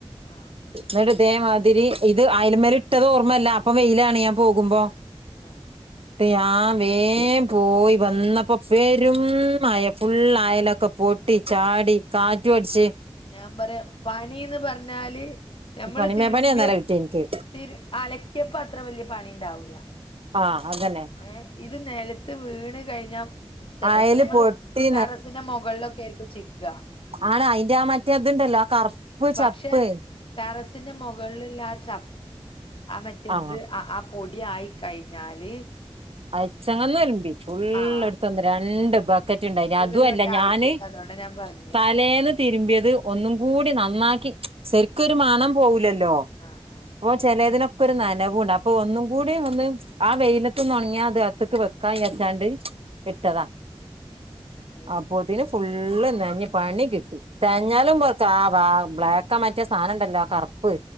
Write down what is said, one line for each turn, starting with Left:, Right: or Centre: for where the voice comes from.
Left: ആഹ് ആഹ്
Right: ന്നിട്ട്
Left: ആഹ്
Right: ദേ മാതിരി ഇത് അയല മേൽ ഇട്ടത് ഓർമ്മയല്ല അപ്പൊ വെയിലാണ് ഞാൻ പോകുമ്പോ
Left: ആഹ്
Right: ദേ ആഹ് വേം പോയി വന്നപ്പോ വെരും മഴ ഫുൾ അയലൊക്കെ പോട്ടി ചാടി കാറ്റു അടിച്ചു
Left: ഞാൻ പറയാ പണിന്ന് പറഞ്ഞാല് ഞമ്മള്
Right: പണിമേ
Left: തിരുമ്പിയ
Right: പണിയാ ഇന്നലെ കിട്ടിയെ എനിക്ക്
Left: തിരു അലക്കിയപ്പ അത്ര വല്ല്യ പണി ഉണ്ടാവൂല്ല
Right: ആഹ് അതന്നെ
Left: ഏ ഇത് നിലത്ത് വീണ് കഴിഞ്ഞ
Right: അയൽ
Left: ഇപ്പൊ ഞമ്മള്
Right: പൊട്ടി
Left: ടെറസിന്റെ മുകളിലൊക്കെ ആയിരിക്കും ചി <unintelligible>
Right: ആണ അയിന്റെ ആ മറ്റേ അതുണ്ടല്ലോ ആ കറുപ്പ്
Left: പക്ഷെ
Right: ചപ്പ്
Left: ടെറസിന്റെ മുകളിൽ ള്ള ആ ച ആ മറ്റേത്
Right: ആഹ്
Left: ആ പൊടി ആയി കഴിഞ്ഞാല്
Right: <unintelligible> ഫുള്
Left: ആഹ്
Right: എടുത്തന്ന് രണ്ട് ബക്കറ്റ് ഉണ്ടായിന്
Left: ഇന്റതൊരു
Right: അതുല്ല
Left: വട്ടം
Right: ഞാന്
Left: ആയിട്ടുണ്ട് അതുകൊണ്ടാ ഞാൻ പറഞ്ഞേ
Right: തലേന്ന് തിരുമ്പിയത് ഒന്നും കൂടി നന്നാക്കി ശെരിക്കൊരു മണം പോവുല്ല ല്ലോ
Left: ആഹ് ആഹ്
Right: അപ്പൊ
Left: ആഹ്
Right: ചിലതിനൊക്കെ ഒരു നനവുണ്ട് അപ്പൊ ഒന്നും കൂടി ഒന്ന് ആ വെയിലത്തൊന്ന് ഉണങ്ങിയാ അത് അകത്ത്ക്ക് വെക്കാവിചാരിച്ചാണ്ട് ഇട്ടതാ
Left: ആഹ് അതന്നെ
Right: അപ്പത്തിന് ഫുള്ള് നനഞ്ഞ പണി കിട്ടി തേഞ്ഞാലും പോക്ക ആഹ് ബ്ലാക്കാ മാറ്റ സാനം ഇണ്ടല്ലോ കറുപ്പ്